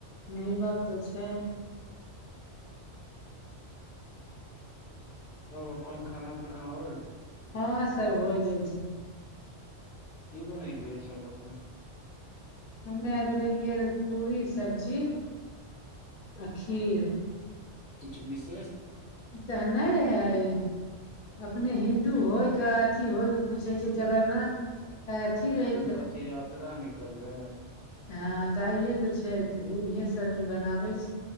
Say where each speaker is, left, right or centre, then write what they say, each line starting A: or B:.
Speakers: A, on the left; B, on the left.
A: हँ ई बात तऽ छै
B: तब अपन खाना पीना होएल
A: हँ सब होइ गेल छै
B: की बनैलियै छल अपने
A: हम्मे आइ बनेलियै रहे पुरी सब्जी आ खीर
B: किछु बिस
A: तऽ नहि रहै आइ अपने हिन्दू होइ के अथी होइ के पूछे छियै जगरनाथ आइ अथी रहै
B: रथ यात्रा निक कललै
A: हँ तऽ आइये तऽ छै तऽ उहे सबी बनाबै छियै।